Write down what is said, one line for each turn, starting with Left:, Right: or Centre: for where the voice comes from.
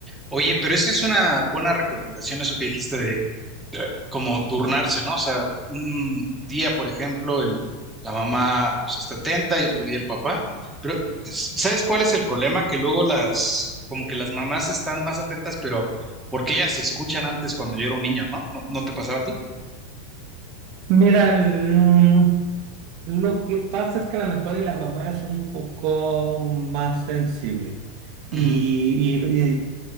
Centre: Oye, pero esa es una buena recomendación, eso que dijiste de como turnarse, ¿no? O sea, un día, por ejemplo, el, la mamá pues está atenta y otro día el papá. Pero, s- ¿sabes cuál es el problema? Que luego las, como que las mamás están más atentas, pero porque ellas se escuchan antes cuando yo era un niño, ¿no? ¿No, no te pasaba a ti?
Right: Mira, mm, lo que pasa es que la mejor y la mamá es un poco más sensible y,
Centre: Ujú,
Right: y y